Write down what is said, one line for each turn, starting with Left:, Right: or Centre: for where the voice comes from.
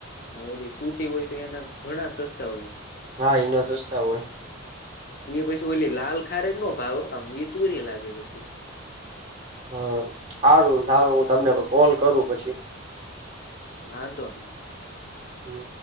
Left: ઓલી સૂટી હોય તો એના ઘણા સસ્તા હોય
Right: હા એના સસ્તા હોય
Left: <unintelligible> પછી ઓલી લાલ ખા ખારેકનો ભાવ એ તુરી લાગે પછી
Right: હમ હારુ સારું હું તમને કોલ કરું પછી
Left: વાંધો નઈ
Right: હમ